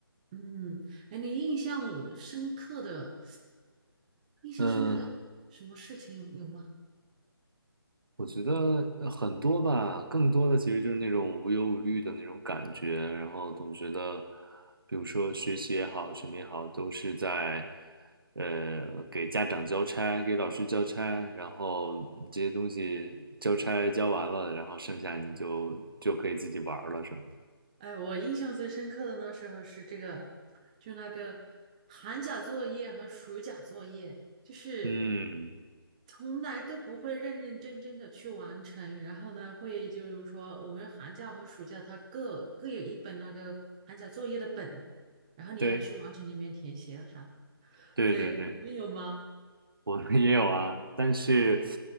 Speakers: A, on the right; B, on the right.
A: 嗯，哎，你印象深刻的、印象深刻的什么事情有有吗？
B: 嗯，我觉得呃很多吧，更多的其实就是那种无忧无虑的那种感觉，然后总觉得，比如说学习也好，什么也好，都是在，呃，给家长交差，给老师交差，然后嗯这些东西交差交完了，然后剩下你就就可以自己玩儿了什么的。
A: 哎，我印象最深刻的那时候是这个，就那个寒假作业和暑假作业，就是
B: 嗯，
A: 从来都不会认认真真的去完成。然后呢，会就是说我们寒假和暑假它各各有一本那个寒假作业的本，然后你要去完成里面填写啊啥的。
B: 对对对对。
A: 对，你们有吗？
B: 我们也有啊，但是，